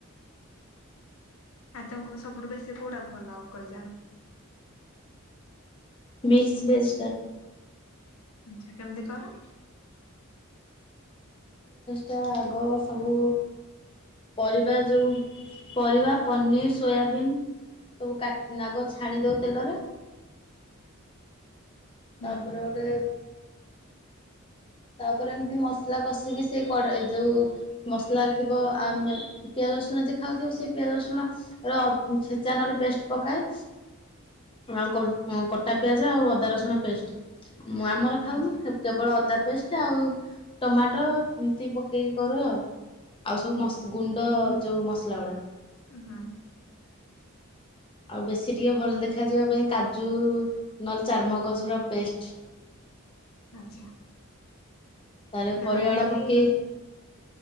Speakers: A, on the left; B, on the left.
A: ଆଉ ତମକୁ ବି ସବୁଠୁ ବେଶୀ କୋଉଟା ଭଲ କରି ଜାଣ
B: ମିକ୍ସ ଭେଜଟା।
A: ଆଚ୍ଛା କେମିତି କର?
B: ଟା ଆଗ ସବୁ ପରିବା ଯୋଉ ପରିବା ପନିର ସୋୟାବିନ୍ ସବୁ କାଟି ଆଗ ଛାଣି ଦଉ ତେଲରେ
A: ହୁଁ
B: ତାପରେ ଗୋଟେ। ତାପରେ ଏମିତି ମସଲା କଷିକି ସେଇ ଯୋଉ ମସଲାରେ ଥିବ ଆମେ ପିଆଜ ରସୁଣ ଯ ଖାଉଥିବ ସେ ପିଆଜ ରସୁଣ ର ଛେଚା ନଲେ ପେଷ୍ଟ ପକାଏ ଆଉ କଟା ପିଆଜ ଆଉ ଅଦା ରସୁଣ ପେଷ୍ଟ। ମୁଁ ଆମର ଖାଉନୁ
A: ଆଚ୍ଛା
B: କେବଳ ଅଦା ପେଷ୍ଟ ଆଉ ଟମାଟୋ ଏମିତି ପକେଇକି କରୁ ଆଉ ଆଉ ସବୁ ମସ ଗୁଣ୍ଡ ଯଉ ମସଲା ଗୁଡା
A: ହୁଁ।
B: ଆଉ ବେଶୀ ଟିକେ ଭଲ ଦେଖାଯିବା ପାଇଁ କାଜୁ ନହେଲେ ଚାର୍ମଗଜୁର ପେଷ୍ଟ।
A: ଆଚ୍ଛା।
B: ତାର
A: ତମେ
B: ପରିବା
A: ଖାଲି
B: ଗୁଡା ପକେଇ